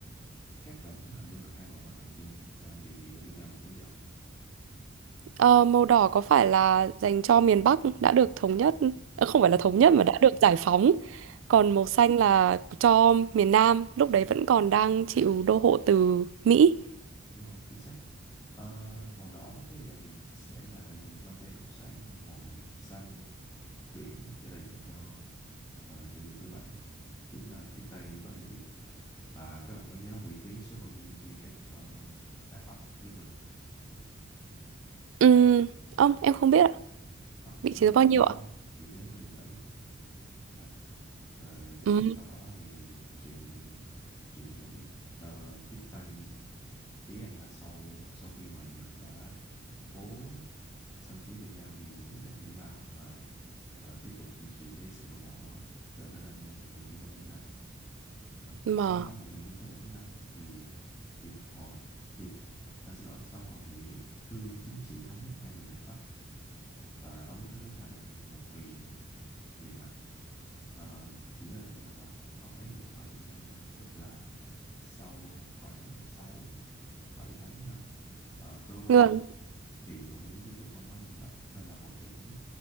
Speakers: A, on the left (about 20°); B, on the right (about 80°).
A: các bạn có hình dung được hai màu đó tượng trưng cho điều gì ở Việt Nam mình bây giờ không
B: Ờ, màu đỏ có phải là dành cho miền Bắc đã được thống nhất ờ, không phải
A: đúng
B: là thống
A: rồi
B: nhất mà đã được giải phóng. Còn màu xanh là cho miền Nam lúc đấy vẫn còn đang chịu đô hộ từ Mỹ.
A: đúng rồi chính xác Ờ, màu đỏ lúc bây giờ thì sẽ là đại diện cho phe cộng sản và màu xanh biển sẽ đại diện cho ờ, chủ nghĩa tư bản chính là tiếp tay bởi Mỹ và các bạn có nhớ vĩ tuyến số bao nhiêu chia cắt uh, Nam Bắc nước mình không?
B: Ừ, ông em không biết ạ.
A: Không,
B: Vị
A: đó
B: trí
A: là
B: số
A: vĩ
B: bao nhiêu
A: tuyến
B: ạ?
A: vĩ tuyến thứ mười bảy. ha. Rồi sau
B: Ừ,
A: đó thì chuyện chuyện Mỹ ờ, tiếp tay ý anh là sau sau khi mà Nhật đã cố xâm chiếm Việt Nam thì Mỹ đã nhảy vào và ờ, tiếp tục duy trì cái sự đô hộ đó cho đến năm 1975. À,
B: mà
A: sau năm 1975 thì hiệp hội hiệp anh xin lỗi sau hội nghị hiệp thương chính trị thống nhất hai miền Nam Bắc và thống nhất đất nước thành một miền liền mạch ờ, diễn ra tại Dinh Độc Lập vào tháng 11 năm 1975 tức là sau khoảng 6 7 tháng ha ờ, cơ quan
B: Ngươn.
A: hiện quản lý di tích văn hóa Dinh Độc Lập có tên là Hội trường Thống nhất